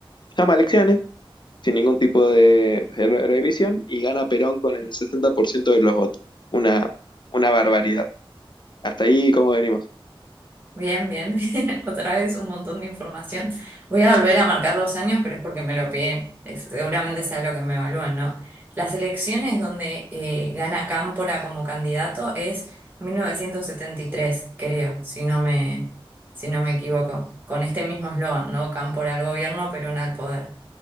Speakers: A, on the left; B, on the right.
A: llama a elecciones, sin ningún tipo de re- revisión, y gana Perón con el 60% de los votos. Una, una barbaridad. Hasta ahí, ¿cómo venimos?
B: Bien, bien. <laughs> Otra vez un montón de información. Voy a volver a marcar los años, pero es porque me lo piden. Es- seguramente sea lo que me evalúan, ¿no? Las elecciones donde eh, gana Cámpora como candidato es 1973, creo, si no me, si no me equivoco. Con este mismo eslogan, ¿no? Cámpora al gobierno, Perón al poder.